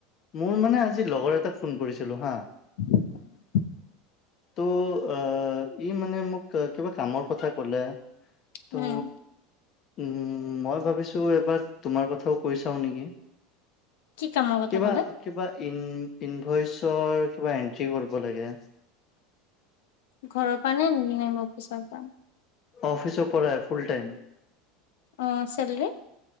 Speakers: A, on the left (about 40°); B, on the left (about 80°).
A: মোৰ মানে আজি লগৰ এটাক ফোন কৰিছিলো হা
B: <inaudible>
A: ত' আহ ই মানে মোক কিবা কামৰ কথা কলে ত'
B: উম
A: উম মই ভাবিছো এবাৰ তোমাৰ কথাও কৈ চাও নেকি
B: কি কামৰ কথা
A: কিবা
B: ক'লে
A: কিবা ইন ইনভইচৰ কিবা এন্ট্ৰি কৰিব লাগে
B: ঘৰৰ পৰা নে নিম অফিচৰ পৰা
A: অফিচ ও পৰ ফুল টাইম
B: অঁ চেলী